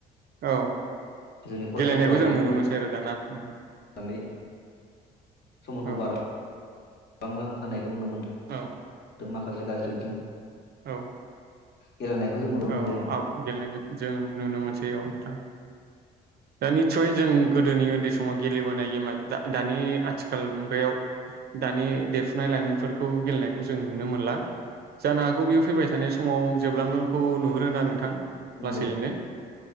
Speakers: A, on the right; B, on the left.
A: औ
B: जोंनि फरायसाफोरा
A: गेलेनायखौ जों नुनो मोनसै आरो दाना। <unintelligible>
B: नै समुरखौ
A: औ
B: बार बांलां होनायखौ नुनो मोनो।
A: औ।
B: माखासे गाज्रि बिथिं
A: औ।
B: गेलेनायखौ जों नुनो मोनदों
A: औ आ गेलेनाय जों नुनो मोनसै औ नोंथां। दा निस्सय जों गोदोनि ओन्दै समाव गेलेबोनाय गेमा दा-दानि आथिखाल मुगायाव दानि देरफुनाय लाइमोनफोरखौ गेलेनाय खौ जों नुनो मोनला। जानो हागौ बेयो फैबाय थानाय समाव जोबलांगोनखौ नुहुरो ना नोंथा?
B: नंगौ
A: लासैनो